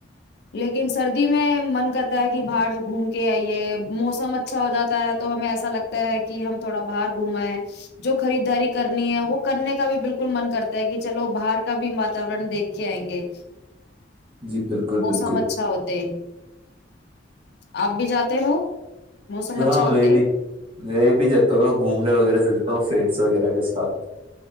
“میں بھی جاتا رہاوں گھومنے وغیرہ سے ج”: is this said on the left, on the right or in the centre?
Right